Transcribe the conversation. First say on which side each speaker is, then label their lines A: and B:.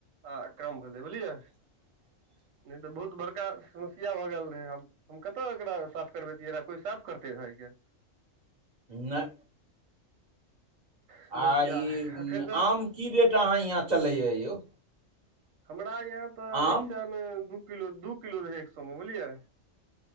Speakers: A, on the right; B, on the right.
A: आ क्रम भेलै बुझलियै
B: <inaudible>
A: नहि तऽ बहुत बरक एक समस्या भऽ गेल रहैब हम कतऽ एकरा साफ करबेैतियै कोई साफ करते रहैके
B: नयै
A: समस्या
B: आ ई
A: एखन तऽ
B: आम की रेट अहाँ यहाँ चलैए यौ
A: हमरा यहाँ तऽ
B: आम
A: एक सएमे दू किलो दू किलो रहै एक सए मे बुझलियै